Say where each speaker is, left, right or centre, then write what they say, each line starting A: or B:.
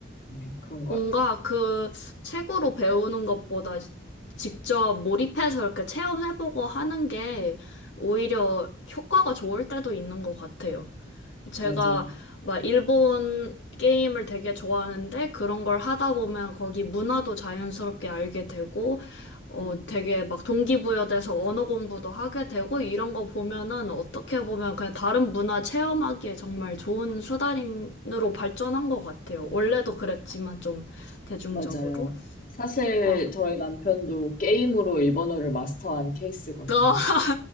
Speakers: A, on the left; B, on the left.
A: 네, 그런 것
B: 뭔가
A: 같아요.
B: 그 책으로 배우는 것보다 직접 몰입해서 이렇게 체험해보고 하는 게 오히려 효과가 좋을 때도 있는 것 같아요. 제가
A: 맞아요.
B: 막 일본 게임을 되게 좋아하는데 그런 걸 하다 보면 거기 문화도 자연스럽게 알게 되고 어
A: 음,
B: 되게 막 동기부여돼서 언어 공부도 하게 되고 이런 거 보면은 어떻게 보면 그냥 다른 문화 체험하기에 정말 좋은 수단으로 발전한 것 같아요. 원래도 그랬지만 좀 대중적으로.
A: 맞아요. 사실
B: 어,
A: 저희 남편도 게임으로 일본어를 마스터한 케이스거든요.
B: <laughs> 아,